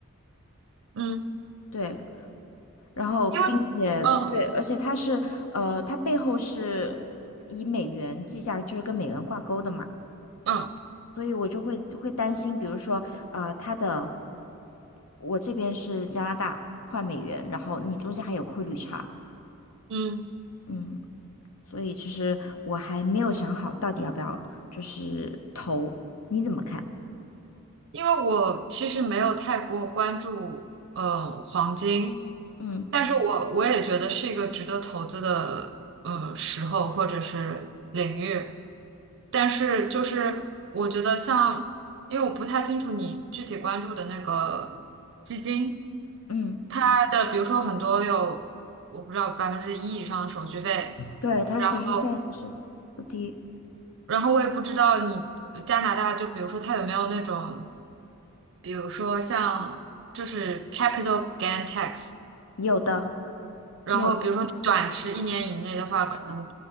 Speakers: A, on the right; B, on the left.
A: 嗯，
B: 对，然后并且对，
A: 因为嗯
B: 而且它是呃，它背后是以美元计价，就是跟美元挂钩的嘛，
A: 嗯
B: 所以我就会会担心，比如说呃，它的我这边是加拿大换美元，然后你中间还有汇率差，
A: 嗯，
B: 嗯，所以其实我还没有想好到底要不要就是投，你怎么看？
A: 因为我其实没有太过关注呃黄金，
B: 嗯
A: 但是我我也觉得是一个值得投资的呃时候或者是领域。但是就是我觉得像，因为我不太清楚你具体关注的那个基金，
B: 嗯，
A: 它的比如说很多有我不知道百分之一以上的手续费，
B: 对，他手续费还是不低，
A: 然后然后我也不知道你加拿大就比如说它有没有那种，比如说像就是 capital gain tax，
B: 有的
A: 然后比如说你短持一年以内的话，
B: 有的，
A: 可能